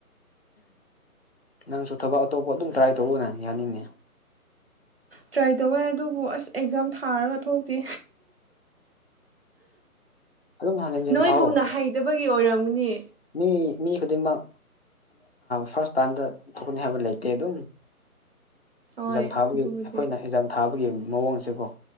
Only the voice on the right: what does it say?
ꯇ꯭ꯔꯥꯏ ꯇꯧꯋꯦ ꯑꯗꯨꯕꯨ ꯑꯁ ꯑꯦꯛꯖꯥꯝ ꯊꯥꯔꯒ ꯊꯣꯛꯇꯦ
ꯅꯣꯏꯒꯨꯝꯅ
ꯍꯩꯇꯕꯒꯤ ꯑꯣꯏꯔꯝꯒꯅꯤ
ꯍꯣꯏ
ꯑꯗꯨꯕꯨꯗꯤ